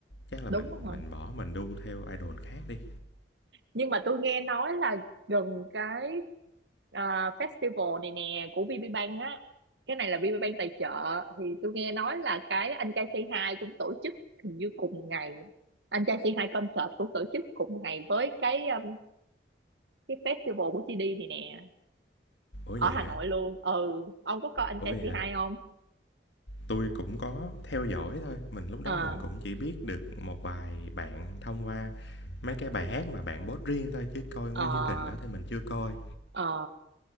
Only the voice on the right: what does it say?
đúng
không
nhưng mà tôi nghe nói là gần cái à, festival này nè của VPBank á cái này là VPBank tài trợ thì tôi nghe nói là cái anh trai Say Hi cũng tổ chức hình như cùng ngày anh trai Say Hi concert cũng tổ chức cùng ngày với cái um, cái festival của GD này nè
ở
Hà
Nội luôn ừ ông có coi anh
trai
Say
Hi không
ờ
ờ
ờ